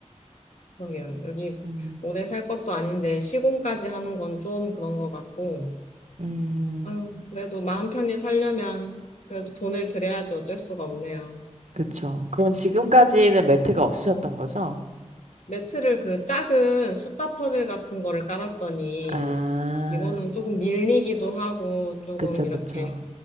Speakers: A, on the left (about 75°); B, on the right (about 70°).
A: 그러게요. 여기
B: 음.
A: 오래 살 것도 아닌데 시공까지 하는 건 좀 그런 것 같고,
B: 음,
A: 아유, 그래도 마음 편히 살려면 그래도 돈을 들여야지 어쩔 수가 없네요.
B: 그쵸. 그럼 지금까지는 매트가 없으셨던 거죠?
A: 매트를 그 작은 숫자 퍼즐 같은 거를 깔았더니
B: 아,
A: 이거는 조금 밀리기도 하고 조금
B: 그쵸, 그쵸.
A: 이렇게